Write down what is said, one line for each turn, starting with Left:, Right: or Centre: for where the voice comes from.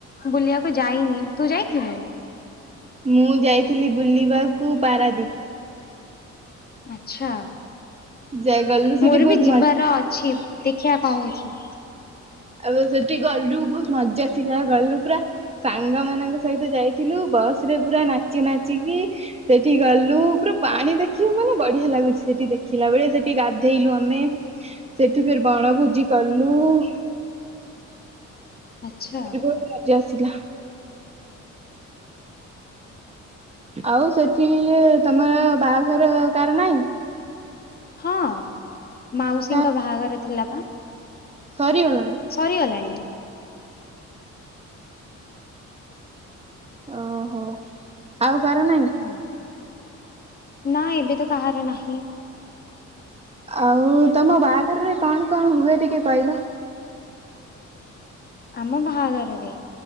Left: ବୁଲିବାକୁ ଯାଇନି ତୁ ଯାଇଥିଲୁ?
Right: ମୁଁ ଯାଇଥିଲି ବୁଲିବାକୁ ପାରାଦୀପ।
Left: ଆଛା।
Right: ଯା ଗଲୁ ସେଠି
Left: ମୋର
Right: ବହୁତ
Left: ବି
Right: ମଜା
Left: ଯିବାର
Right: ହେଲା
Left: ଅଛି। ଦେଖିବା କଣ ହଉଛି।
Right: ଆମେ ସେଠି ଗଲୁ ବହୁତ ମଜା ଗଲୁ ପୁରା ସାଙ୍ଗ ମାନଙ୍କ ସହିତ ଯାଇଥିଲୁ। ବସ୍ ରେ ପୁରା ନାଚି ନାଚିକି ସେଠି ଗଲୁ ପୁରା ପାଣି ଦେଖିବୁ ମାନେ ବଢିଆ ଲାଗୁଛି। ସେଠି ଦେଖିଲା ବେଳେ ସେଠି ଗାଧେଇଲୁ। ଆମେ ସେଠି ଫେର ବଣଭୋଜି କଲୁ। <inaudible>
Left: ଆଚ୍ଛା
Right: ସେଠି ବହୁତ ମଜା ଆସିଲା। ଆଉ ସେଠି ତମର ବାହାଘର କାର ନାଇଁ?
Left: ହଁ ମାଉସୀଙ୍କ
Right: କା
Left: ବାହାଘର ଥିଲା ପା।
Right: ସରିଗଲାଣି
Left: ସରିଗଲାଣି।
Right: ଓହୋ ଆଉ କାର ନାହିଁ।
Left: ହଁ। ନା ଏବେ ତ କାହାର ନାହିଁ।
Right: ଆଉ ତମ ବାହାଘରରେ କଣ କଣ ହୁଏ ଟିକେ କହିଲ?
Left: ଆମ ବାହାଘରରେ